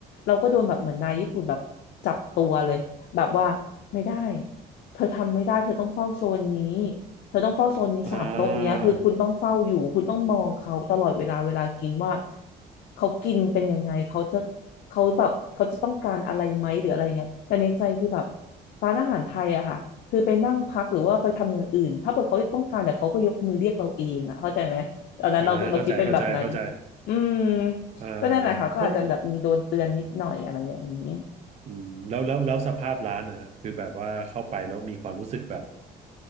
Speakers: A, on the left (about 65°); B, on the right (about 40°).
A: เราก็โดนแบบเหมือนนายญี่ปุ่นแบบจับตัวเลยแบบว่าไม่ได้เธอทำไม่ได้เธอต้องเฝ้าโซนนี้เธอต้องเฝ้าโซนนี้สามโต๊ะเนี้ยคือคุณต้องเฝ้าอยู่คุณต้องมองเขาตลอดเวลาเวลากินว่า
B: อ่า
A: เขากินเป็นยังไงเขาจะ เขาแบบเขาจะต้องการอะไรไหมหรืออะไรเงี้ยแต่ในใจคือแบบร้านอาหารไทยอะค่ะคือไปนั่งพักหรือว่าไปทำอย่างอื่นถ้าเกิดเขาต้องการเดี๋ยวเขาก็ยกมือเรียกเราเองอะเข้าใจไหมตอนนั้นเราเราคิดเป็นแบบนั้น
B: อ่าเข้าใจเข้าใจเข้าใจ
A: อืม
B: อ่า
A: ก็นั่นแหละค่ะก็อาจจะแบบมีโดนเตือนนิดหน่อยอะไรอย่างนี้
B: มันอืมแล้วแล้วแล้วสภาพร้านอ่ะคือแบบว่าเข้าไปแล้วมีความรู้สึกแบบ